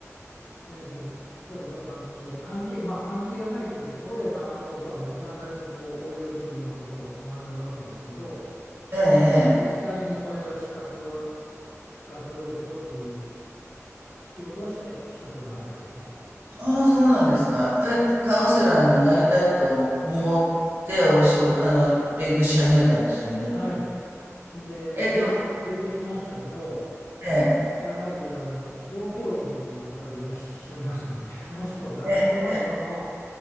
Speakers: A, on the left; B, on the right.
A: 全然それと関係、関係、まあ関係がないというか、そこで学んだことはもう未だにこう応用できるようなことを学んだわけですけど、
B: ええ、ええ。
A: まあ、実際にそれを資格を使ってどうこうっていう仕事をして、したことはないですね。
B: ああ、そうなんですか。え、カウンセラーになりたいと思って、お仕事、あの、勉強し始めたんですよね、でも。
A: はい。で、
B: え、
A: 勉勉強しましたけど、
B: でも、ええ、
A: やはりあの指導教員という方がいらっしゃいますので、<laughs> その人が、
B: ええ、
A: その人の